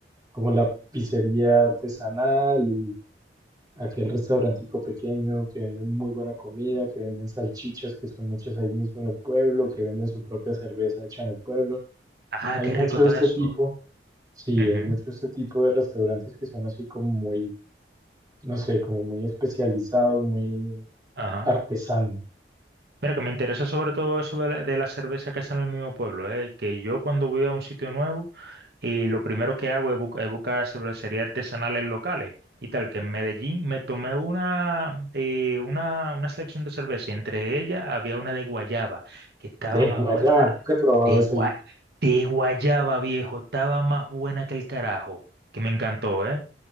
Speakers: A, on the right; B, on the right.
A: como la pizzería artesanal y Aquel restaurantico pequeño que venden muy buena comida, que venden salchichas que son hechas ahí mismo en el pueblo, que venden su propia cerveza hecha en el pueblo.
B: Ah,
A: Hay
B: qué
A: mucho
B: rico está
A: de este
B: eso.
A: tipo, sí,
B: Ujú.
A: hay mucho de este tipo de restaurantes que son así como muy, no sé, como muy especializados, muy
B: Ajá.
A: artesano.
B: Mira, que me interesa sobre todo eso de la, de la cerveza que hacen en el mismo pueblo, ¿eh? Que yo cuando voy a un sitio nuevo y lo primero que hago es, bu- es buscar cervecerías artesanales locales y tal, que en Medellín me tomé una, eh, una, una selección de cerveza y entre ellas había una de guayaba, que estaba
A: De
B: más
A: guayaba,
B: buena,
A: nunca he probado
B: de,
A: eso
B: gua-
A: yo.
B: de guayaba, viejo, estaba más buena que el carajo, que me encantó, ¿eh?